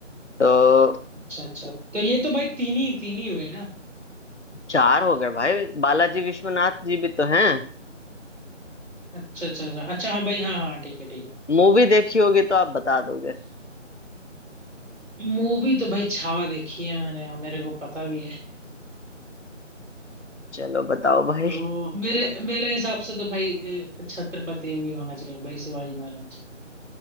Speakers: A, on the left (about 65°); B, on the right (about 75°).
A: तो
B: अच्छा अच्छा तो ये तो भाई तीन ही तीन ही हुए ना
A: चार हो गए भाई बालाजी विश्वनाथ जी भी तो हैं
B: अच्छा अच्छा अच्छा अच्छा हाँ भाई हाँ हाँ ठीक है ठीक है
A: मूवी देखी होगी तो आप बता दोगे
B: मूवी तो भाई छावा देखी है मैंने और मेरे को पता भी है
A: चलो बताओ भाई
B: तो मेरे मेरे हिसाब से तो भाई अ, छत्रपति भी होना चाहिए भाई शिवाजी महाराज